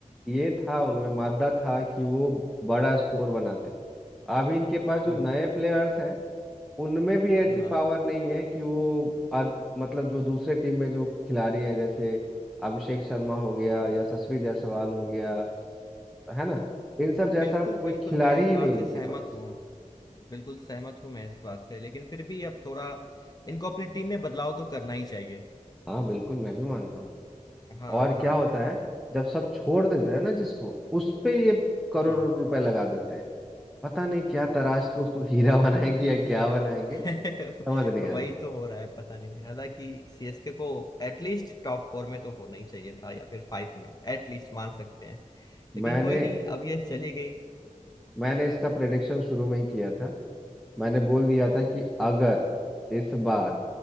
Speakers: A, in the centre; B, on the left.
A: ये था उनमें मादा था कि वो बड़ा स्कोर बनाते अभी इनके पास जो
B: हम्म,
A: नए प्लेयर्स हैं उनमें भी ऐसी
B: हाँ हाँ
A: पावर नहीं है कि वो अ- मतलब जो दूसरे टीम में जो खिलाड़ी हैं जैसे अभिषेक शर्मा हो गया यशस्वी जायसवाल हो गया है ना इन सब जैसा
B: बिल्कुल
A: कोई
B: बिल्कुल
A: खिलाड़ी
B: मैं इस
A: ही
B: बात
A: नहीं है इनके
B: से सहमत
A: पास
B: हूँ बिल्कुल सहमत हूँ मैं इस बात से लेकिन फिर भी अब थोड़ा इनको अपने टीम में बदलाव तो करना ही चाहिए
A: हाँ बिल्कुल मैं भी मानता हूँ
B: हाँ
A: और क्या
B: हाँ
A: होता है जब सब छोड़ देते हैं ना जिसको उस पे ये करोड़ों
B: हम्म
A: रुपए लगा देते हैं पता नहीं क्या तराश के उसको हीरा <laughs> बनाएंगे या
B: <laughs>
A: क्या बनाएंगे
B: <laughs>
A: समझ नहीं
B: वही
A: आता
B: तो हो रहा है पता नहीं हालांकि सीएसके को एटलीस्ट टॉप फोर में तो होना ही चाहिए था या फिर फाइव में एटलीस्ट मान सकते हैं लेकिन
A: मैंने
B: कोई नहीं अब ये चली गई
A: मैंने इसका प्रेडिक्शन शुरू में ही किया था मैंने बोल दिया
B: हम्म
A: था कि अगर इस बार